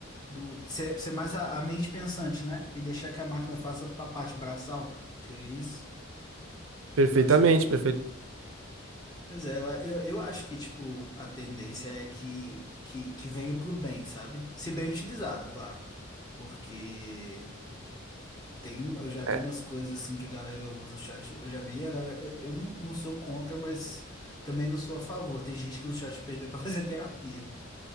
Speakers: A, on the left (about 20°); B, on the right (about 75°).
A: do ser, ser mais a, a mente pensante, né? E deixar que a máquina faça a parte braçal. Seria isso?
B: Perfeitamente,
A: Eu acho que,
B: perfeito.
A: pois é, eu, eu, eu acho que tipo a tendência é que que, que venha pro bem, sabe? Se bem utilizado, claro. Porque tem, um- eu já vi
B: É.
A: umas coisas assim que a galera usa o chat. Eu já vi a galera, eu, eu não, não sou contra, mas também não sou a favor. Tem gente que usa o chat GPT para <laughs> fazer terapia.